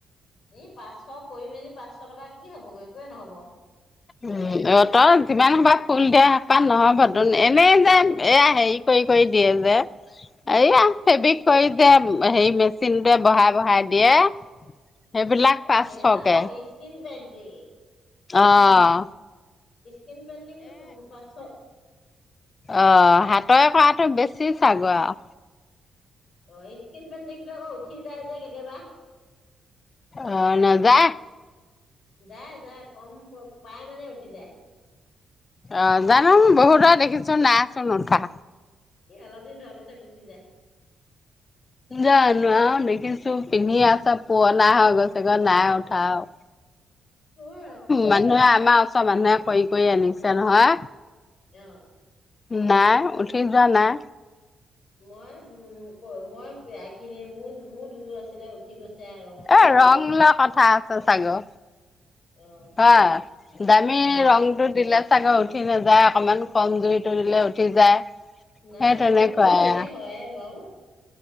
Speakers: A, on the left; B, on the left.
A: এই পাঁচশ কৰি মেলি পাঁচশ টকা কি হ'বগৈ একোৱে নহ'ব।
B: উ অ তই যিমান সোপাৰ ফুল দিয় সেইপাহত নহবটোন এনেই যে এয়া হেৰি কৰি কৰি দিয়ে যে।
A: <unintelligible>
B: এইয়া ফেব্ৰিক কৰি যে হেৰি মেচিনটোৱে বহাই বহাই দিয়ে। সেইবিলাক
A: অ
B: পাঁচশকে।
A: সেয়া অ Skin painting.
B: অহ।
A: স্কিন পেইণ্টিংটো পাঁচশ।
B: অঁ হাতৰে কৰাটো বেছি চাগৈ আও।
A: অঁ স্কিন পেণ্টিংটো আকৌ উঠি যায় যে কেতিয়াবা।
B: অঁ নাযায়।
A: যায় যায় কম পাই মানে উঠি যায়।
B: অঁ নাজানো বহুতৰে দেখিছো নাইচোন উঠা।
A: ই অলপ দিন ধোৱা পিছত গুচি যায়।
B: জানো আৰু দেখিছো পিন্ধি আছে পুৰনা হৈ গৈছে গৈ নাই উঠাও।
A: <unintelligible>
B: মানুহে আমাৰ ওচৰ মানুহে কৰি কৰি আনিছে নহয়।
A: অঁ'।
B: নাই উঠি যোৱা নাই।
A: মই উম ক মই পেয়া কিনি মোৰ মোৰ দুযোৰ আছিলে উঠি গৈছে আৰু ৰং।
B: এ ৰং লৈ কথা আছে চাগৈ।
A: অ
B: হয়, দামী
A: অ
B: ৰংটোত- দিলে চাগৈ উঠি নাযায়, অকমান কম জুৰিটো দিলে উঠ- ঠি যায়,
A: নাই
B: সেই
A: ৰংটোতো
B: তেনেকুৱাই
A: একেই
B: আ।
A: হয়ে বাৰু।